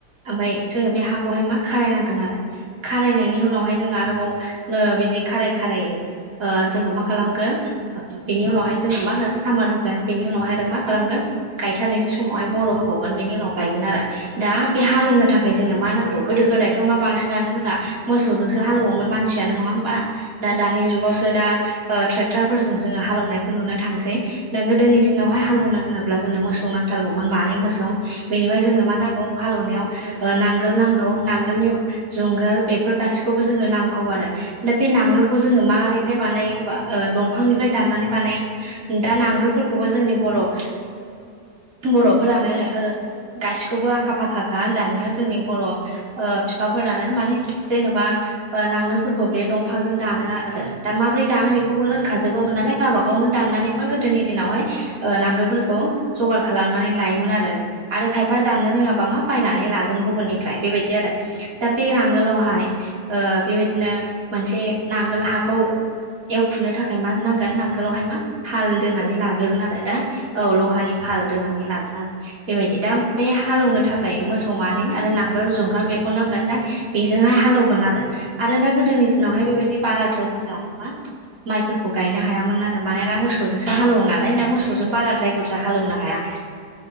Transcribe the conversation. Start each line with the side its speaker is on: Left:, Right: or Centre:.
Right: ओमफ्राय जोङो बे हाखौहाय मा खारायनांगोन आरो खा रायनायनि उनाव जों आरोबाव बिदि खाराय खाराय जोङो मा खालामोन बिनि उनावहाय जोङो माहो सामार होगोन बिनि उनावहाय मा खालामगोन गाय साननैसो समावहाय बर' होबावगोन बेनि उनाव गायगोन आरो दा बे हालेवनो थाखाय जोंनो मा नांगौ गोदो- गोदाय मा बांसिनानो जोंना मोसौजोंसो हालेवोमोन मानसियानो नङा होमबा दा
Left: औ
Right: दानि जुगावसो दा ट्रेक्टारफोरजों जोङो हालवनायखौ नुनो थांसै दा गोदोनि दिनावहाय हालेवनो होनोब्ला जोङो मोसौ नांथारगौमोन मानै मोसौ बेनिफ्राय जोंनो मा नांगौ हालेवनायाव
Left: नांगोल
Right: नांगोल नांगौ नांगोलनि जुंगाल बेफोर गासिखौबो जोंनो नांगौ आरो दा बे नांगोलखौ जोङो माबोरैहाय बानायो होनबा दंफांनिफ्राय दाननानै बानायो दा नांगोलफोरखौबो जोंनि बर' ओ बर'फोरानो ओ गासिखौबो आखा-फाखा दानानो जोंनि बर' ओ बिफाफोरानो माने जेन'बा नांगोलफोरखौ बे दंफांजों दानो आरो। दा माब्रै दानो बेखौबो रोंखाजोबोमोन नालाय गावबा गावनो दाननानै मा गोदोनि दिनावहाय नांगोलफोरखौ जगार खालामनानै लायोमोन आरो आरो खायफा दाननो रोङाबा मा बायनानै लागोन गुबुननिफ्राय बेबाय दि आरो दा बे नांगोलावहाय बेबायदिनो मोनसे नांगोल हाखौ एवखुनो थाखाय मा नांगोन नांगोलावहाय मा भाल दोनानै
Left: लहा
Right: लाग्रोगोन आरो दा औ लहानि। भाल दोननानै लागोन आरो बेबायदि दा बे हालेवनो थाखाय मोसौ मानै आरो नांगोल जुंगाल बे नांगोन दा बेजोंहाय हालौवगोन आरो आरो दा गोदोनि दिनावहाय बेबायदि बाराद्राय बुरजा। मा माइफोरखौ गायनो हायामोन आरो मानोना मोसौजोंसो हालौवो नालाय दा मोसौजों बाराद्राय बुरजा हालेवनो हाया।